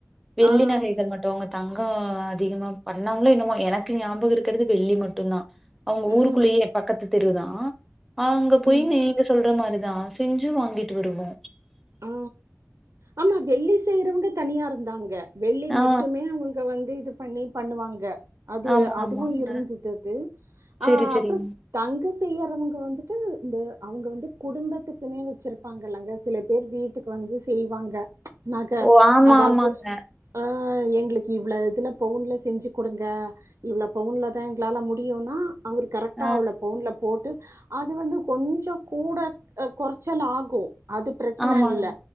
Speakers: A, in the centre; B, on the right.
A: வெள்ளி
B: ஆஹ்
A: நகைகள் மட்டுங்க தங்கோ அதிகமா பண்ணாங்களோ என்னமோ எனக்கு ஞாபகோ இருக் க்கிறது வெள்ளி மட்டுந்தா அவங்க ஊருக்குள்ளயே
B: உம்
A: பக்கத்து தெருதா ஆ அங்க போயி
B: உம்
A: நீங்க சொல்ற மாரி தா செஞ்சு வாங்கிட்டு வருவோ
B: ஆ ஆமா வெள்ளி செய்றவங்க தனியா இருந்தாங்க வெள்ளி
A: ஆ.
B: மட்டுமே அவங்க வந்து இது பண்ணி பண்ணுவாங்க அது
A: ஆமா,
B: அதுவு
A: ஆமா.
B: இருந்துதது
A: அ.
B: ஆ
A: சரி, சரிங்க.
B: அப்புறோ தங்க செய்யறவங்க வந்துட்டு இந்த அவங்க வந்து குடும்பத்துக்குனே வச்சிருப்பாங்கல்லங்க சில பேர் வீட்டுக்கு வந்து செய்வாங்க நக
A: ஓ! ஆமா,
B: அதாவது
A: ஆமாங்க.
B: ஆ ஆ எங்ளுக்கு இவ்ளோ இதுல பவுன்ல செஞ்சி குடுங்க இவ்ளோ பவுன்ல தா எங்களால முடியுன்னா அவரு கரெக்டா
A: அ.
B: அவ்ளோ பவுன்ல போட்டு அது வந்து கொஞ்சோ கூட அ கொறச்சல் ஆகும் அது பிரச்சன
A: ஆமாங்க.
B: இல்ல